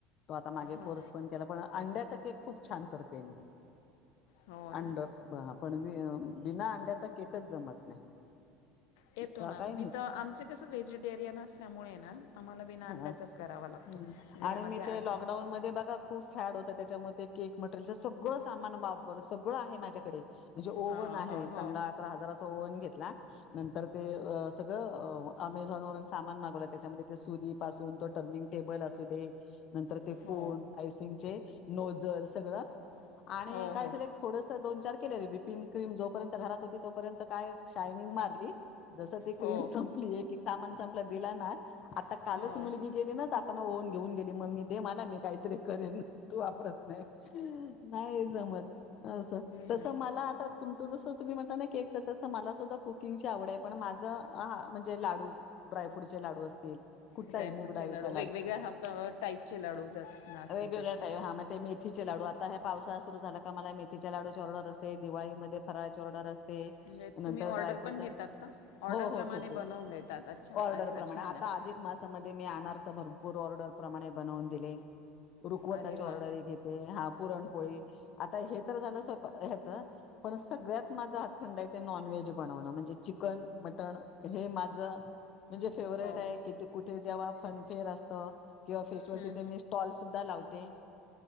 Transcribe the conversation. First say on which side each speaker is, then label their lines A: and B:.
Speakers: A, on the left (about 35°); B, on the left (about 80°).
A: तो आता मागे
B: हो
A: कोर् पण केला पण अंड्याचा केक खूप छान करते. मी
B: हो ना
A: अंड पण बिना अंड्याचा केकच जमत नाही.
B: येतो
A: का
B: ना
A: काय माहित
B: मी तर आमच कसं व्हेजिटेरियन असल्यामुळे ना. आम्हाला बिना
A: हा
B: अंड्याचाच करावा लागतो
A: ह्
B: घरामध्ये
A: आणि मी
B: अ-
A: ते लॉकडाऊन मध्ये बघा खूप. फॅड होत त्याच्यामध्ये केक मटेरियलच सगळं सामान वापवलं सगळं आहे माझ्याकडे. म्हणजे ओव्हन
B: हो
A: आहे चांगला अकरा हजाराचा ओव्हन घेतला नंतर ते सगळं अमेझॉन वून सामान मागवला त्याच्यामध्ये ते सुरीप असून तो टर्निंग टेबल असू दे नंतर ते
B: हो
A: कोन आयसिंगचे नोझल सगळं आणि
B: हो
A: काय
B: हो हो
A: झालंय
B: हो
A: थोडं दोन चार केले िंक कम जोपर्यंत घरात होती तोपर्यंत काय शायनिंग मारली जस ती क्रीम
B: हो
A: संपली सं दि आता
B: हो
A: कालच मुलगी
B: हो
A: गेली ना ता ओऊन घेऊन गेली मम्मी दे मला मी काहीतरी करेन तू वापरत नाही नाही जमत असं तस
B: नाही
A: मला आता तुमचं जसं तुम्ही म्हणता ना केकच तसं मला सुद्धा कुकिंगची आवड आहे पण माझं हा म्हणजे लाडू ड्रायफ्रूटचे लाडू असतील कुठलाही
B: ड्रायफ्रूटचे
A: मूग डाळीचा
B: लाडू वेगवेगळ्या टाईपचे लाडू अस असतील
A: वेगवेगळ्या
B: तसे
A: टाईप हा मग ते मेथीचे लाडू आता ह्या पावसाळा सुरू झाला का मला मेथीच्या लाडू ची ऑर्डर असते दिवाळीमध्ये फराळची ऑर्डर असते
B: म्हणजे
A: नंतर
B: तुम्ही ऑर्डर
A: ड्रायफ्रूट
B: पण घेतात
A: घ
B: का ऑर्डरप्रमाणे बनवून देतात अच्छा
A: ऑर्डर
B: अरे वा
A: प्र
B: छान
A: आ
B: आहे
A: मामध्ये मी आसा भरपूर ऑर्डर प्र बनवून दिले रुखवताची
B: अरे वा
A: ऑर्डर ते हा पुरणपोळी आता हे तर झालं स्वय ह्याच पण सगळ्यात माझा हातखंड आहे ते नॉनव्हेज बनवणं म्हणजे चिकन मटण हे माझं म्हणजे फेवर्हेट
B: हो
A: आहे कि कुठे जेव्हा फनफेअर असतं किंवा फेस्टिवल
B: हम्म.
A: तिथे मिस ्टॉल सुद्धा लावते